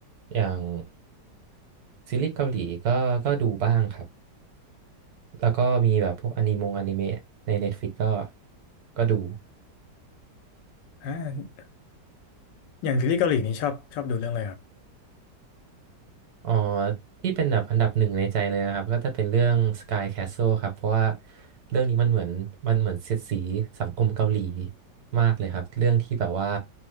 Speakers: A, on the right (about 65°); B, on the left (about 90°).
A: อย่างซีรีส์เกาหลีก็ก็ดูบ้างครับ แล้วก็มีแบบพวกอนิมงอนิเมะใน Netflix ก็ก็ดู
B: อ่าอย่างซีรีส์เกาหลีนี่ชอบชอบดูเรื่องอะไรครับ
A: อ๋อที่เป็นแบบอันดับหนึ่งในใจเลยนะครับก็จะเป็นเรื่อง Sky Castle ครับเพราะว่าเรื่องนี้มันเหมือนมันเหมือนเสียดสีสังคมเกาหลีมากเลยครับเรื่องที่แบบว่า